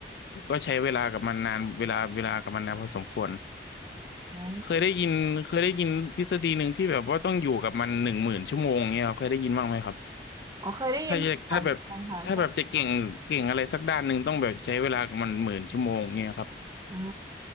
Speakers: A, on the left; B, on the right.
A: ก็ใช้เวลากับมันนานเวลาเวลากับมันนานพอสมควร
B: อ๋อ
A: เคยได้ยินเคยได้ยินทฤษฎีหนึ่งที่แบบว่าต้องอยู่กับมันหนึ่งหมื่นชั่วโมงเงี้ยครับเคยได้ยินบ้างไหมครับ
B: อ๋อเคยได้ยินผ่านค่ะใช่
A: ถ้าจะถ้าแบบถ้าแบบจะเก่งเก่งอะไรสักด้านหนึ่งต้องแบบใช้เวลากับมันหมื่นชั่วโมงเงี้ยครับ
B: อ่า